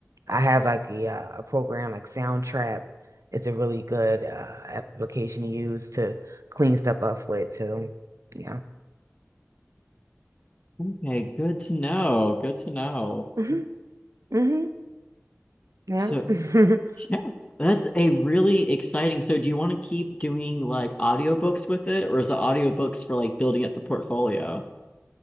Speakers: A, on the right (about 85°); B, on the left (about 25°).
A: I have like a, uh, a program like Soundtrap. It's a really good uh, application to use to clean stuff up with too. Yeah.
B: Okay, good to know. Good to know.
A: hmm hmm Yeah.
B: So
A: <laughs>
B: yeah, that's a really exciting. So do you want to keep doing like audiobooks with it, or is the audiobooks for like building up the portfolio?